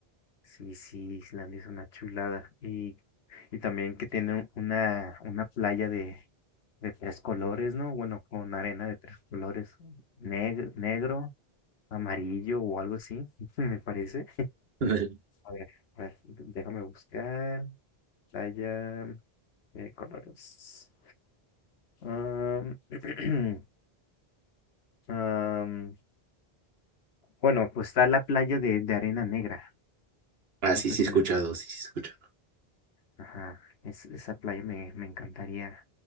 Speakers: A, on the left; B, on the right.
A: Sí, sí, Islandia es una chulada. Y, y también que tiene un- una, una playa de, de tres colores, ¿no? Bueno, con arena de tres colores, neg- negro, amarillo o algo así, <laughs> me parece.
B: <laughs> Ándale.
A: A ver, a ver, déjame buscar. Playa de colores. Am, <clears throat> am, bueno, pues está la playa de, de arena negra.
B: Ah, sí,
A: No
B: sí
A: sé
B: he
A: si
B: escuchado,
A: la...
B: sí, sí he escuchado.
A: Ajá, es- esa playa me, me encantaría.